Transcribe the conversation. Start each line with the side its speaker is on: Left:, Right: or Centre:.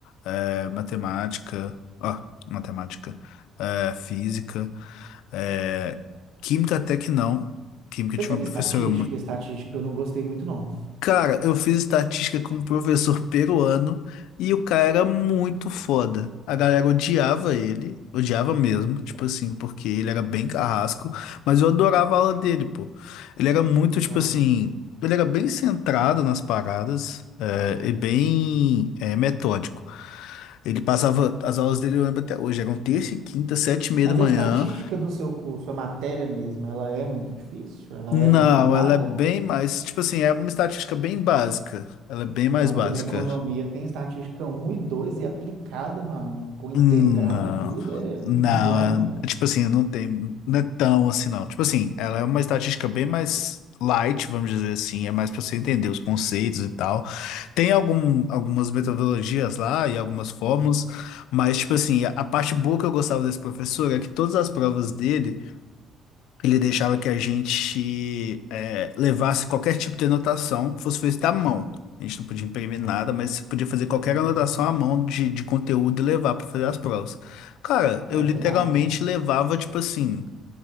Left: eh, matemática, ó, matemática, eh, física, eh, química até que não. Química
Right: Você
Left: eu tive
Right: teve
Left: uma professora
Right: estatística? Estatística eu não gostei muito, não.
Left: Cara, eu fiz estatística com um professor peruano e o cara era muito foda. A galera odiava ele, odiava mesmo, tipo assim, porque ele era bem carrasco, mas eu adorava a aula dele, pô. Ele era muito, tipo
Right: Aham.
Left: assim, ele era bem centrado nas paradas, é, e bem, é, metódico. Ele passava, as aulas dele eu lembro até hoje, eram terça e quinta, sete e meia
Right: Mas
Left: da manhã.
Right: a estatística do seu curso, a matéria mesmo, ela é muito difícil? Ela
Left: Não,
Right: é muito pegada?
Left: ela é bem mais, tipo assim, é uma estatística bem básica. Ela é bem mais
Right: Não,
Left: básica.
Right: porque na economia tem estatística um e 2 e aplicada, meu amigo, com integral
Left: Hum, Não,
Right: e tudo, é
Left: não,
Right: bizonho.
Left: é- tipo assim, não tem, não é tão assim, não. Tipo assim, ela é uma estatística bem mais light, vamos dizer assim, é mais pra você entender os conceitos e tal. Tem algum, algumas metodologias lá e algumas fórmulas, mas, tipo assim, a a parte boa que eu gostava desse professor é que todas as provas dele. Ele deixava que a gente eh, levasse qualquer tipo de anotação que fosse feita à mão. A gente não podia imprimir nada, mas você podia fazer qualquer
Right: Uhum.
Left: anotação à mão de, de conteúdo e levar para fazer as provas. Cara,
Right: Ó,
Left: eu literalmente
Right: isso é massa.
Left: levava, tipo assim,